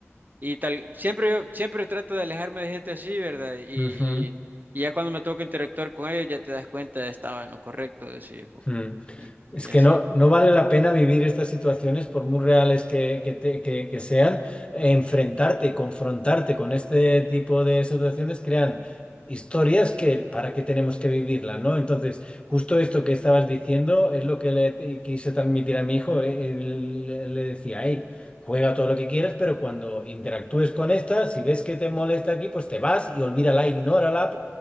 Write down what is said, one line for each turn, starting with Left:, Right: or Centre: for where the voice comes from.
Right: Y tal, siempre yo, siempre trato de alejarme de gente así, ¿verdad? Y,
Left: Ujú.
Right: y, y ya cuando me toca interactuar con ellos, ya te das cuenta, estaba en lo correcto, decís, o-
Left: Mm.
Right: y, y
Left: Es que
Right: así.
Left: no, no vale la pena vivir estas situaciones, por muy reales que, que te- que- que sean, enfrentarte y confrontarte con este tipo de situaciones crean historias que para qué tenemos que vivirla, ¿no? Entonces, justo esto que estabas diciendo es lo que le quise transmitir a mi hijo. E, Él, le le decía, hey, juega todo lo que quieras, pero cuando interactúes con esta, si ves que te molesta aquí, pues te vas y olvídala, ignórala,